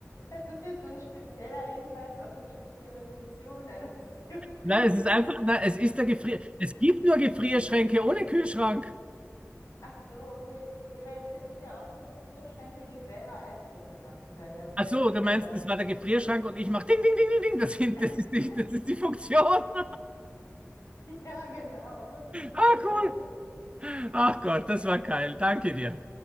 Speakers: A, on the left (about 85°); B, on the right (about 20°).
A: Das ist jetzt so ein spezieller Hinweis auf eine spezielle Funktion eines <laughs> Gefrierschranks.
B: Nein, es ist einfach, nein, es ist der Gefrier. Es gibt nur Gefrierschränke ohne Kühlschrank.
A: Ach so, okay. Nee, weil es gibt ja auch so Gefrierschränke, die selber Eiswürfel machen können. Das wäre
B: Ach so,
A: jetzt nämlich
B: du meinst,
A: auch.
B: das war der Gefrierschrank und ich mach ding, ding, ding, ding, ding. Das sind,
A: <laughs>
B: das ist die, das ist die Funktion. <laughs>
A: Ja, genau. <laughs>
B: Ah, cool. Ach Gott, das war geil. Danke dir.